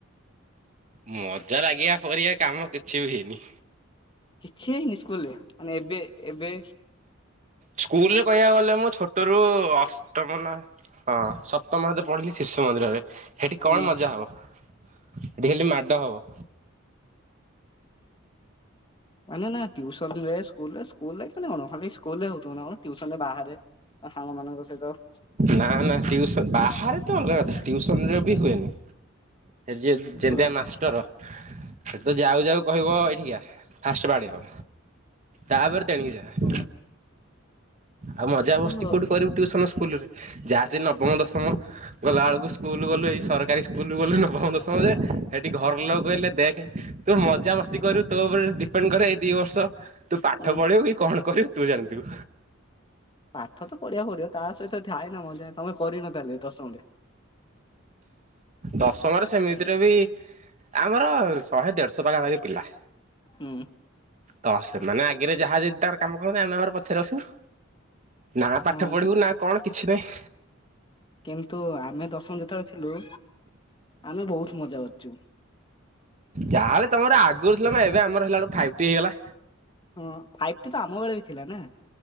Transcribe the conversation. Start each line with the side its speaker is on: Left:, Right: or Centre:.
Right: ମଜା ଲାଗିବା ପରିଆ କାମ କିଛି ବି ହେଇନି।
Left: କିଛି ହେଇନି ସ୍କୁଲରେ ମାନେ ଏବେ ଏବେ।
Right: ସ୍କୁଲ ରେ କହିବାକୁ ଗଲେ ମୋ ଛୋଟରୁ ଅଷ୍ଟମ ନା। ହଁ ସପ୍ତମ ହତ ପଢିଲି ଶିଶୁ ମନ୍ଦିରରେ ହେଠି
Left: ହୁଁ
Right: କଣ ମଜା ହବ। ଢ଼େଲି
Left: ଓହୋ
Right: ମାଡ଼ ହବ।
Left: ମାନ ନା ଟ୍ୟୁସନ ଯଉ ଯାଏସ୍ ସ୍କୁଲରେ ସ୍କୁଲରେ ମାନେ କଣ ଖାଲି ସ୍କୁଲରେ ହଉଥିବ ନା କଣ ଟିଉସନ ରେ ବାହାରେ ବା ସାଙ୍ଗମାନଙ୍କ ସହିତ।
Right: ନା ନା ଟିଉସନ ବାହାରେ ତ ଅଲଗା କଥା ଟିଉସନରେ ବି ହୁଏନି। ଯେ ଯେନତିଆ
Left: ପୁରା
Right: ମାଷ୍ଟର। ସେତ ଯାଉ ଯାଉ କହିବ ଏଇଠିକିକା ଫାଷ୍ଟ ବାଡେଇବ ତାପରେ ତେଣିକି ଜାହା।
Left: ହଁ।
Right: ଆଉ ମଜା ବସ୍ତି
Left: ତ
Right: କୋଉଠି କରିବୁ ଟ୍ୟୁସନ ସ୍କୁଲ ରେ ଯାହା ସେ ନ ମୁଁ ଦଶମ ଗଲାଳ କୁ ସ୍କୁଲ ଗଲୁ ଏଇ ସରକା କାଲି ସ୍କୁଲଗଲୁ ନବମ ଦଶମ ଯାଏ। ଏଠି ଘର ଲୋକକହିଲେ ଦେଖେ। ତୁ ମଜା ମସ୍ତି କରିବୁ ତୋ ଉପରେ ଡିପେଣ୍ଡ କରେ ଏଇ ଦି ବର୍ଷ। ତୁ ପାଠ
Left: ଉଁ
Right: ପଢେଇବୁ କି କଣ କରିବୁ ତୁ ଜାଣି ଥିବୁ।
Left: ପାଠ ତ ପଢ଼ିବାକୁ ପଢିବ ତା ସହିତ ଥାଏ ନା ମଜାଏ ତମେ କରିନତାହେଲେ ଲେ ଦଶମରେ।
Right: ଦଶମରେ ସେମିତିରେ ବି ଆମର ଶହେ ଦେଢ଼ଶହ ପାଖାପାଖି ପିଲା।
Left: ହୁଁ।
Right: ତ ସେ ମାନେ ଆଗରେ ଯାହା ଯେତିକି ତାର କାମ କରନ୍ତି ଆ ଆମର। ପଛରେ ଆସୁ ନା ପାଠ
Left: ଆଉ
Right: ପଢ଼ିବୁ ନା କଣ କିଛି ନାହିଁ।
Left: କିନ୍ତୁ ଆମେ ଦଶମ ଯେତେବେଳେ ଥିଲୁ। ଆମେ ବହୁତ ମଜା କରଚୁ।
Right: ଯାହା ହେଲେ ତମର ଆଗରୁ ଥିଲା ନା ଏବେ ଆମର ହେଲା ବେଳ କୁ ଫାଇଭ ଟି ହେଇଗଲା।
Left: ହଁ ଫାଇଟି ତ ଆମ ବେଳେ ବି ଥିଲା ନା।